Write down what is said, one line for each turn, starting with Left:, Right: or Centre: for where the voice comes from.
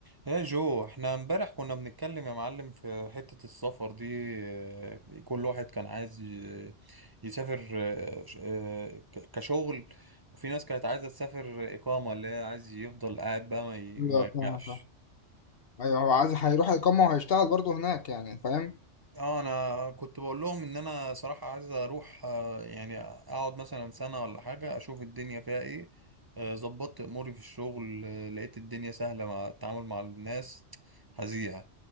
Right: يا جو احنا امبارح كنا بنتكلم يا معلم في حتة السفر دي اه، كل واحد كان عايز ي- يسافر اه، ش- اه، ك- كشغل وفي ناس كانت عايزة تسافر إقامة اللي هي عايز يفضل قاعد بقى ما ي-
Left: ايوه
Right: ما يرجعش
Left: فاهم فاهم ايوه هو عايز هيروح يقمع وهيشتغل برضه هناك يعني فاهم
Right: اه انا كنت بقول لهم ان انا صراحة عايز اروح آه، يعني اقعد مثلا سنة ولا حاجة اشوف الدنيا فيها ايه آه، ظبطت اموري في الشغل آه، لقيت الدنيا سهلة مع التعامل مع الناس هزيع